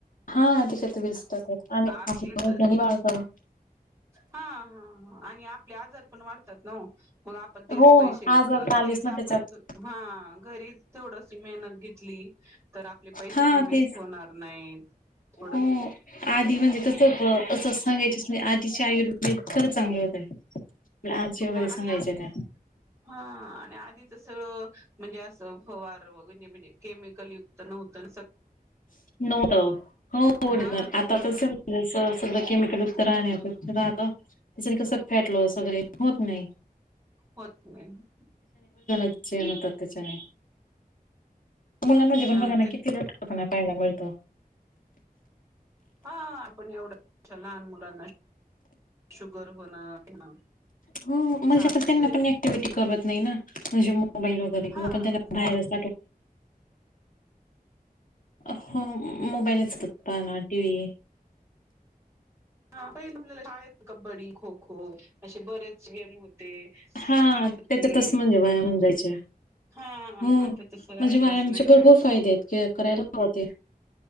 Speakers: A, on the left; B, on the right.
A: हा त्याच्यात वीस टाकायचं आणि
B: आरतीत
A: <unintelligible> वाळत.
B: हा हा ह. आणि आपले आजार पण वाढतात ना ओ. मग आपण तेच
A: हो
B: पैसे
A: आजार तर आलीच
B: तेच
A: ना
B: आपण
A: त्याच्यात
B: हा घरी थोडशी मेहनत घेतली. तर आपले पैसे
A: हा
B: पण
A: तेच
B: वेस्ट होणार नाहीत. थोडं.
A: हो आधी म्हणजे कसं होत असंच सांगायचच नाही आधी शाय वेट खरंच चांगले होते. आजी
B: मग
A: वगैरे सांगायचे
B: आणि आधीच
A: त्या
B: हा आधीच सगळं म्हणजे अस फवारणी होते. केमिकल मुक्त
A: नव्हत हो,
B: हा
A: आता तर म्हणज सगळं केमिकल राहत राहण त्याच्या कस फॅटलाॅस वगैरे होत नाही
B: हो मग
A: तन त तेचन <unintelligible> मुलांमध्ये पण
B: छान
A: बघा ना
B: ते
A: किती लट्ट आता पाहायला मिळतो
B: हा आपण एवढं अ लहान मुलांना शुगर होणं
A: ह म्हणजे
B: चालूच
A: पण त्यांना
B: आहे
A: पण ऍक्टिव्हटी करवत नाही ना म्हणजे मोबाईल वगैरे किंवा
B: हा
A: पण त्यांना
B: मग
A: बाहेरच अ हो मोबाईलच बघतात ना टिव्ही
B: आहेत कबड्डी खो खो असे बरेच गेम होते. ते स्किपिंग
A: हा
B: होती.
A: त्याच्यातच म्हणजे व्यायाम होऊन जायचे
B: हा
A: हो
B: आता
A: म्हणजे
B: तस राहिलच
A: व्यायामचे
B: नाही
A: भरपूर
B: ना
A: फायदे आहेत करायला हवा ते